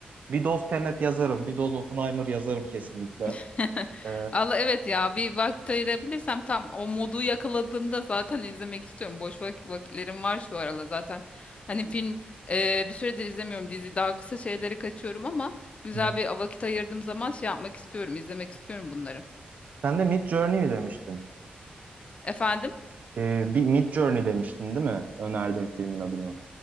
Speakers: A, on the right; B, on the left.
A: Bir doz Tenet yazarım. Bir doz Oppenheimer yazarım kesinlikle.
B: <laughs>
A: Ee,
B: Allah evet ya bir vakit ayırabilirsem tam o modu yakaladığımda zaten izlemek istiyorum. Boş vak vakitlerim var şu aralar zaten. Hani film e, bir süredir izlemiyorum dizi daha kısa şeyleri kaçıyorum ama güzel
A: hı.
B: bir vakit ayırdığım zaman şey yapmak istiyorum izlemek istiyorum bunları.
A: sen de Mid Journey mi demiştin?
B: Efendim?
A: Ee, bir Mid Journey demiştin değil mi? Önerdiğin filmin adını.